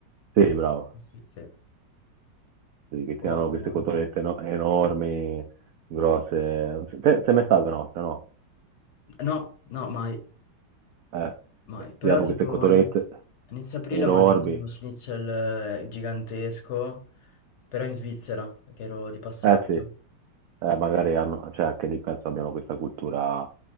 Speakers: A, on the right (about 80°); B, on the left (about 65°).
A: Sì,
B: Lo-
A: bravo.
B: Sì, sì.
A: Sì, che tirano
B: Buono,
A: queste
B: buono.
A: cotolette eno- enormi, grosse. Te- Sei mai stato in Austria, no?
B: No, no, mai,
A: Eh,
B: mai. Però
A: tirano
B: tipo
A: queste cotolette
B: a iniz- a inizio aprile
A: enormi.
B: ho mangiato uno schnitzel eh, gigantesco, però in Svizzera, che ero di passaggio.
A: Eh sì, eh, magari hanno, cioè anche lì penso abbiano questa cultura